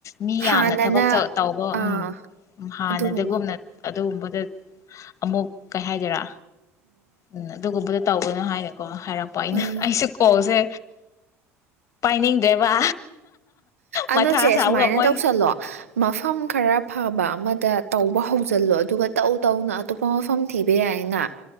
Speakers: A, on the left; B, on the right.
A: ꯃꯤ
B: ꯍꯥꯟꯅꯅ
A: ꯌꯥꯝꯅ ꯊꯕꯛ ꯇꯧꯕ
B: ꯑꯥ
A: ꯎꯝ ꯍꯥꯟ
B: ꯑꯗꯨꯒꯨꯝꯕ
A: ꯅꯗꯒꯣꯅ ꯑꯗꯨꯒꯨꯝꯕꯗ ꯑꯃꯨꯛ ꯀꯩ ꯍꯥꯏꯗꯔꯥ ꯎꯝ ꯑꯗꯨꯒꯣꯕꯗ ꯇꯧꯒꯅ ꯍꯥꯏꯅꯣ ꯀꯣ ꯍꯥꯏꯔꯛꯄ ꯑꯩꯅ
B: ꯎꯝ
A: ꯑꯩꯁꯨꯦ ꯀꯣꯜꯁꯦ ꯄꯥꯏꯅꯤꯡꯗ꯭ꯔꯦꯕ
B: ꯑꯗꯨꯅꯨꯁꯦ
A: ꯃꯊꯥ ꯁꯥꯕꯒ
B: ꯁꯨꯃꯥꯏꯅ
A: ꯃꯣꯏ
B: ꯇꯧꯁꯜꯂꯣ ꯃꯐꯝ ꯈꯔ ꯐꯕ ꯑꯃꯗ ꯇꯧꯕ ꯍꯧꯖꯤꯜꯂꯣ ꯑꯗꯨꯒ ꯇꯧ ꯇꯧꯅ ꯑꯇꯣꯞꯄ ꯃꯐꯝ ꯊꯤꯕ ꯌꯥꯏꯅ